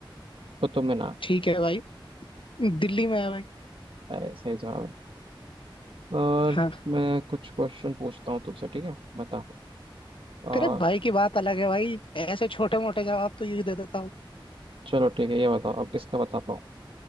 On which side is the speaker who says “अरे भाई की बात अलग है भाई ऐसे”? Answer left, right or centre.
Left